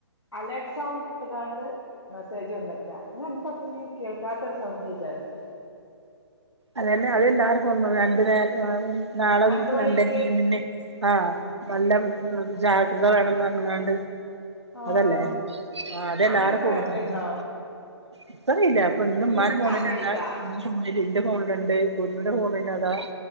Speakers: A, on the left; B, on the right.
A: അലേർട്ട് സൗണ്ട് ഇട്ടുകാണ്ട് മെസ്സേജ് വന്ന്ക്ക ഞാൻ എന്താപ്പ ഈ കേൾക്കാത്തൊരു സൗണ്ട് വിചാരിച്ചു.
B: അതന്നെ അത് എല്ലാരെ ഫോണും രണ്ടു നേരം നാളെ <unintelligible>
A: രണ്ട് മണിക്ക്
B: ആഹ് നല്ല ജാഗ്രത വേണംന്നർഞ്ങ്ങാണ്ട്
A: ആഹ്
B: അതല്ലേ ആ അതെല്ലാരെ
A: അങ്ങനൊക്കെ
B: ഫോണുക്കും
A: വരലുണ്ടോ
B: ഉം ഇപ്പറിയില്ല അപ്പൊ ഇന്ന് ഇമ്മാന്റെ
A: ഇൻക്കാദ്യായിട്ടാ
B: ഫോണില് <unintelligible> ഫോണില് ന്റെ ഫോൺല്ണ്ട് കുഞ്ഞുന്റെ ഫോൺലതാ